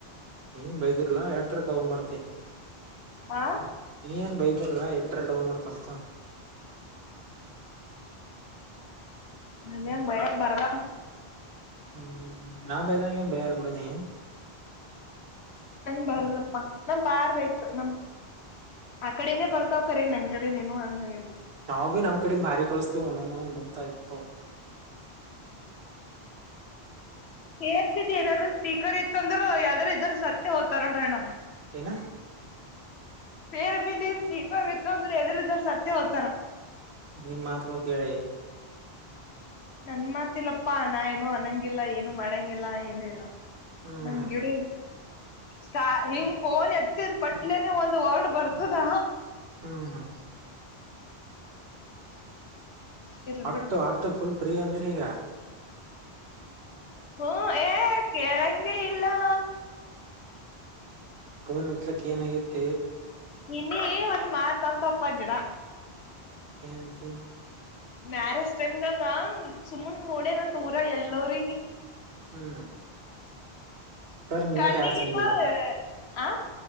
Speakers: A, on the right; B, on the left.
A: ನೀ ಬೈದಿರ್ಲಾ ಎಟ್ರಕ್ಗ ಮಾಡ್ತ
B: ಆಾ
A: ನೀ ಏನ್ ಬೈದರ್ಲ್ಲಾ ಎಟ್ರ ಡವ ಮಾಡ್ತಂತ
B: ಅದೇ ಭಯ ಬರದಾ
A: ಹ್ಮ್ ನಾ ಭಯದಾ ಏನ್ ಭಯಲ್ ಬಿಡ ನೀ
B: ಹಂಗ್ ಬಾರಲ್ಲಪ್ಪ ನಮ ಪಾರ್ ಬಯ್ತು ನಮ ಆ ಕಡೆನೇ ಬರ್ತಾವ ಕರೇ ನನ್ ಕಡೆನೇನು ಅಂದಿಲ್ಲ
A: ನಾವವು ಬಿ ನಮ್ ಕಡೆಿಂದ ಭಾರಿ ಕಳಸ್ತೇವ ಒಂದೊಂದ್ ಒಂದೊಂದ್ ಮೂದತ ಇರ್ತವ
B: ಸೇರ್ತಿದ ಏನಾದೂ ಸ್ಪೀಕರ್ ಇತ್ತ ಅಂದ್ರ ಯಾವದ್ರ ಇದ್ರ ಸಾತಿ ಮ ಹೊತಾರಡಣ
A: ಏನ
B: ಸೇರ್ ಬದಿ ಸ್ಪೀಕರ್ ಇತ್ತು ಅಂದ್ರೆ ಎದ್ರ ಇದ್ರ ಸತ್ಯ ಹೋ್ತಾರ
A: ನಿಮ ಮಾತುಗಳು ಕೇಳಿ
B: ನನ್ ಮಾತಿಲ್ಲಪ್ಪಾ ನಾ ಏನು ಅನ್ನಂಗಿಲ್ಲ ಏನು ಮಾಡಂಗಿಲ್ಲ ಏನು ಇಲ್ಲ
A: ಹ್ಮ್
B: ನಮಗೆಿಡ ಸ ಹಿಂಗ್ ಫೋನ್ ಎತ್ತಿದ್ ಪಟ್ಲೆೇನೆ ಒಂದ್ ವರ್ಡ್ ಬರ್ತದ
A: ಹ್ಮ್ ಹ್ಮ
B: ಇರ್ಲ್
A: ಹತ್ತು
B: ಬಿಡು
A: ಹತ್ತು ಫುಲ್ ಫ್ರೀ ಅಂದ್ರಿ ಈಗ
B: ಹ್ಮಞ ಏ ಕೆಳಂಗ ಇಲ್ಲಾ
A: ೋನ್ ಹತ್ಲಕ್ಕ ಏನಗತ್ತ
B: ಇನ್ನಿ ಒಂದ್ ಮಾತ್ ಅಂತ ಅಪ್ಪ ಗಿಡ
A: ಏನಂತಿ
B: ಮ್ಯಾರೇಜ್ ಟೈಮ್ನಾಗ ಸುಮನ್ ನೋಡನತ್ ಊರ ಎಲ್ಲಗ
A: ಹ್ಮ್ ಹ್ಮ್ ಕರ್ ನಿನ್ನಟ
B: ಕಣ್ಣಿಗಿಲ್ಲ
A: ಯಾರು ಚಂದಿಲ್ಲಂತ
B: ಆ